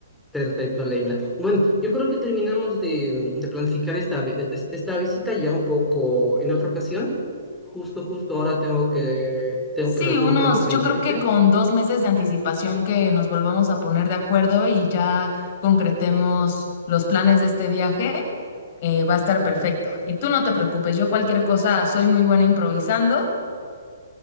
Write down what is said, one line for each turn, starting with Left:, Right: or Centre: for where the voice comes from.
Centre: Perfecto, Leila. Bueno, yo creo que terminamos de, mm, de planificar esta, vi- e, es- esta visita ya un poco en otra ocasión. Justo, justo ahora tengo que, tengo
Left: Sí,
Centre: que realizar
Left: unos,
Centre: un trabajo pendiente.
Left: yo creo que con dos meses de anticipación que nos volvamos a poner de acuerdo y ya concretemos los planes de este viaje, eh, va a estar perfecto. Y tú no te preocupes, yo cualquier cosa soy muy buena improvisando.